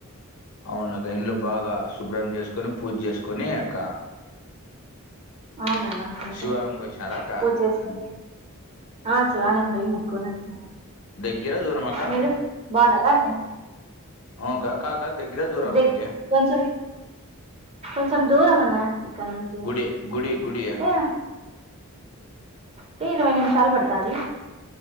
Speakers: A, on the left; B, on the right.
A: అవునులే అక్క ఇండ్లు బాగా శుభ్రం చేసుకొని పూజ చేసుకొని అక
B: అవును అన్న అంతా
A: శివాలయం పోసినారా అక్క
B: పూచేసుకుని ఆ శివాలయం పోయి ముక్కోని వచ్చిన
A: దగ్గర దూరం అక్క
B: మీరు బాగుండారా అన్నాయ్
A: అవక్క కాదక దగ్గరా దూరమా
B: దే
A: మీకి
B: కొంచెం కొంచెం దూరం అన్న ఇక్కడ నుంచి
A: గుడి గుడి గుడి
B: టే టే ఇరవై నిమిషాలు పడుతది